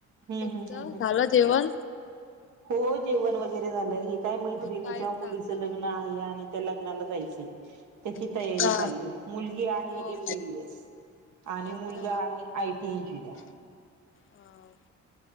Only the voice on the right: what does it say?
हम्म
हम्म हम्म हम्म
हो जेवण वगैरे झालं हे काय मैत्रिणीच्या
मुलीच लग लग्न आहे आणि त्या लग्नाला जायच. त्याची तयारी
चालली मुलगी आहे.
एमबीबी एस. आणि
मुलगा आहे. I T engineer.